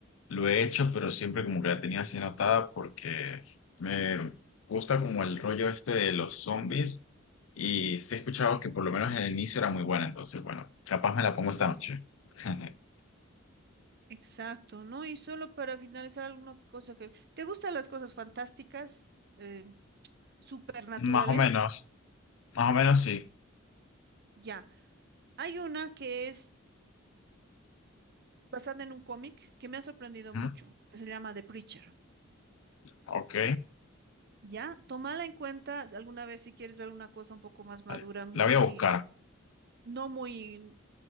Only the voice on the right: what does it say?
Exacto, ¿no? Y solo para finalizar alguna cosa que... ¿Te gustan las cosas fantásticas, eh, supernaturales?
Ya. Hay una que es basada en un cómic que me ha sorprendido
mucho, que se llama The Preacher.
¿Ya? Tómala en cuenta alguna vez si quieres ver alguna cosa un poco más madura,
muy,
no muy,